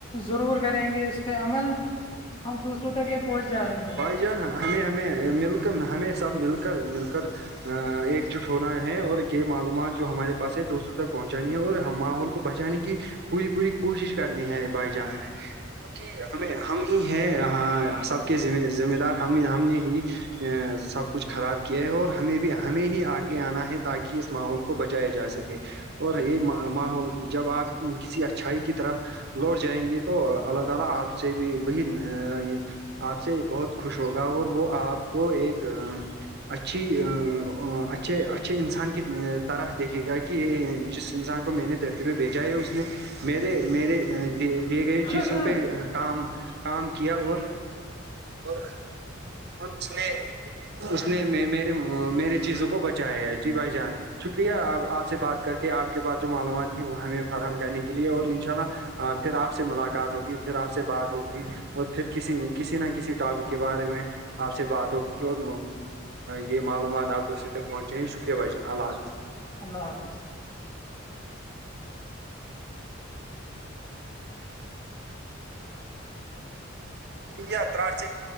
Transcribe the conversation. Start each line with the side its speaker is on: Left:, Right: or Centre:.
Left: ضرور کریں گے اس پہ عمل ہم دوسروں تک یہ پہنچ جائیں گے
Right: ن ہمیں ہمیں مل کر ہمیں سب مل کر مل کر ایکجٹ ہونا ہے اور یہ معلومات جو ہمارے پاس ہے دوسروں تک پہنچانی ہے اور ہم ماحول کو بچانے کی پوری پوری کوشش کرنی ہے بھائی جاں ہمیں کیونکہ ہمیں ہم ہی ہیں سب کے ذ ذمہ دار ہم ہم نے ہی ا سب کچھ خراب کیا ہے اور ہمیں بھی ہمیں ہی آگے آنا ہے تاکہ اس ماحول کو کو بچایا جا سکے اور یہ ماحول جب آپ کسی اچھائی کی طرف لوٹ جائیں گے تو اللہ تلا آپ سے بھی بی یہ آپ سے بہت خوش ہوگا اور وہ آپ کو ایک اچھی ا اچھے اچھے انسان کی طرح دیکھے گا جس انسان کو میں نے دھرتی پہ بھیچا ہے اس نے میر میر دی گئے
Left: گے
Right: چیزوں پہ کام کام کیا اور اور اور اس نے اس نے میرے میرے چیزوں کو بچایا ہے جی بھائی جان شکریہ آپ آپ سے بات کر کے آپ کے پاس جو معلومات ہیں وہ ہمیں فراہم کرنے کے لیے اور انشاء اللہ پھر آپ سے ملاقات ہوگی پھر آپ سے بات ہوگی اور پھر کسی کسی نہ کسی ٹاپک کے بارے میں آپ سے بات ہوگی اور یہ معلومات آپ دوسرے تک پہنچیں گے شکریہ بھائی جان اللہ حافظ
Left: اللہ حافظ
Right: بیا ترار سےک